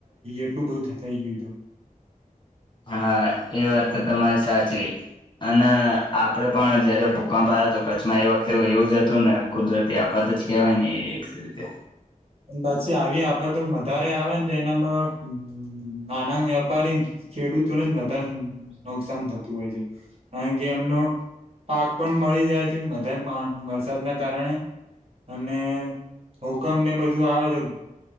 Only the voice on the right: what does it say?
એટલું બધું થઈ ગયું હતું.
પાછી આવી આફત તો વધારે આવે ને તો એનામાં નાના વેપારી ખેડૂતોને જ વધારે નુકસાન થતું હોય છે, કારણ કે એમનો પાક પણ મળી જાય છે, વધુ વરસાદના કારણે અને હુકમ ને બધું બધું આવે તો